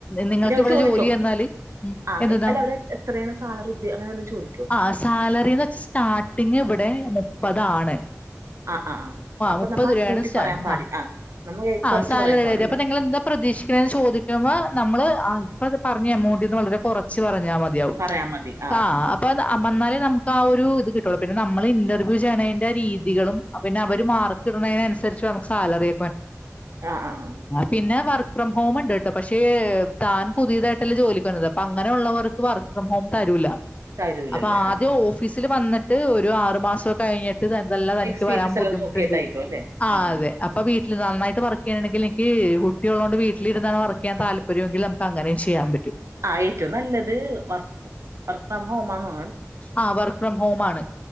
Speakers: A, on the left; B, on the right.
A: നിങ്ങൾക്ക്
B: പിന്നെ അവര്
A: ഇവിടെ
B: ചോദിക്കും
A: ജോലി തന്നാല്
B: ആഹ്
A: എന്തതാ
B: എ അല്ല അവര് എത്രയാണ് സാലറി ഉദ്യ അങ്ങനെ വല്ലതും ചോദിക്കോ?
A: ആ സാലറിന്ന് വച്ചാ സ്റ്റാർട്ടിങ് ഇവിടെ മുപ്പതാണ്
B: ആഹ് ആഹ് ആഹ് അപ്പൊ
A: മുപ്പത്
B: നമ്മ
A: രൂപയാണ്
B: കൂട്ടി
A: സാ
B: പറയാൻ പാടി
A: ആ്
B: ആഹ് നമ്മ
A: ആ
B: കൊറച്ച്
A: സാലറി
B: പറയാൻ പാടുള്ളൂ
A: അ
B: അല്ലേ?
A: നിങ്ങ എന്താ പ്രതീക്ഷിക്കണന്ന് ചോദിക്കുമ്പോ നമ്മള് ഇപ്പ പറഞ്ഞ എമൗണ്ട്ന്ന് വളരെ കുറച്ച് പറഞ്ഞ നമു
B: പറയാ മതി ആഹ്
A: ആ
B: ആഹ് ആഹ്
A: കിുള്ളൂ പിന്നെ നമ്മള് ഇന്റർവ്യൂ ചെയ്യണതിന്റെ രീതികളും പിന്നെ അവര് മാർക്ക് ഇടുന്നതിനനുസരിച്ച് നമുക്ക് സാലറി
B: ആഹ് ആഹ് ആഹ്
A: പിന്നെ വ വർക്ക് ഫ്രം ഹോം ഉണ്ട് ട്ടോ പക്ഷേ താൻ പുതിയതായിട്ടല്ലേ ജോലിക്ക് വന്നത് അപ്പൊ അങ്ങനെുള്ളവർക്ക് വർക്ക് ഫ്രം ഹോം തരൂല്ല
B: തരൂലല്ലേ
A: അപ്പൊ ആദ്യം
B: ആഹ് ആഹ്
A: ഓഫീസിൽ വന്നിട്ട് ഒരു ആറു മാസം കഴിഞ്ഞിട്ട് പിന്നെ ന്തെല്ലാം തനിക്ക്
B: എക്സ്പീരിയൻസ്
A: വരാൻ ബുദ്ധിമുട്ടുണ്ട്
B: എല്ലാം നോക്കിയിട്ടായിരിക്കും അല്ലേ?
A: ആ
B: ആഹ് ആഹ്
A: അതെ അപ്പൊ വീട്ടി നന്നായിട്ട് വർക്ക് ചെയ്യണെങ്കിൽ എക്ക് കുട്ടികളോണ്ട് വീട്ടിലിരുന്ന വർക്ക് ചെയ്യൻ താല്പര്യമെങ്കിൽ നമുക്ക് അങ്ങനേ ചെയ്യാൻ പറ്റും
B: ആഹ് ഏറ്റവും നല്ലത് വർക്ക് ഫ്ര വർക്ക് ഫ്രം ഹോം ആണ്
A: ആ് വർക്ക് ഫ്രം ഹോം ആണ്